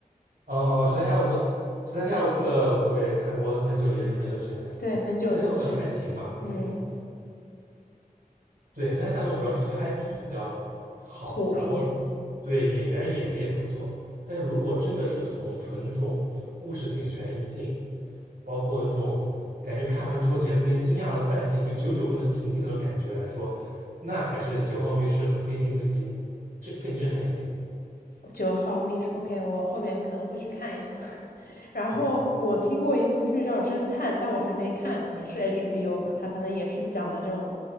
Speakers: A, on the right; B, on the left.
A: 哦，《神探夏洛克》，《神探夏洛克》我也看过很久，也是很久之前看，
B: <laughs>，对，很久的剧，
A: 《神探夏洛克》还行吧，
B: 嗯，
A: 嗯，对，《神探夏洛克》主要是这个 IP 比较好，
B: 火一点。
A: 然后对演员演的也不错，但是如果真的是从纯那种故事性、悬疑性，包括那种感觉看完之后，简直那边惊讶了半天，就久久不能平静的那种感觉来说，那还是九号密室和黑镜会给你这更震撼一点。
B: 九号密室，OK，我后面可能会去看一下。<laughs> 然后我听过一部剧叫《侦探》，
A: 嗯，
B: 但我还没看，也是 HBO 的，它可能也是讲的这种